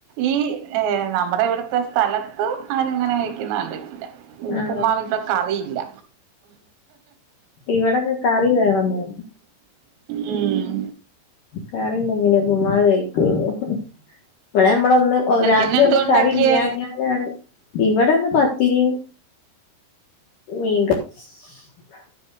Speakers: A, on the right; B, on the left.
A: ഈ ഏ നമ്മുടെ ഇവിടുത്തെ സ്ഥലത്ത് ആരിങ്ങനെ കഴിക്കുന്ന കണ്ടിട്ടില്ല. ഉപ്മാവിപ്പോ
B: ആ
A: കറിയില്ല.
B: ഇവിടെക്കെ കറി വേണം <unintelligible>
A: ഉം.
B: കറിയൊണ്ടെങ്കിലെ ഉപ്പുമാവു കഴിക്കോളു ഇവിടെ നമ്മളൊന്ന് രാത്രി
A: ഇന്നെന്തോ
B: ഒന്നും
A: ഉണ്ടാക്കിയേ?
B: കറി ഇല്ലഞ്ഞാലാണ്. ഇവിടെ ഒന്ന് പത്തിരിയും, <unintelligible>